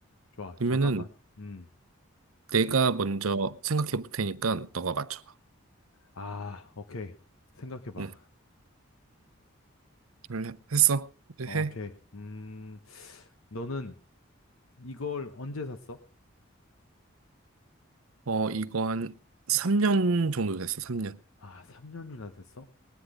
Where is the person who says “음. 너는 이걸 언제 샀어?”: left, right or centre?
Left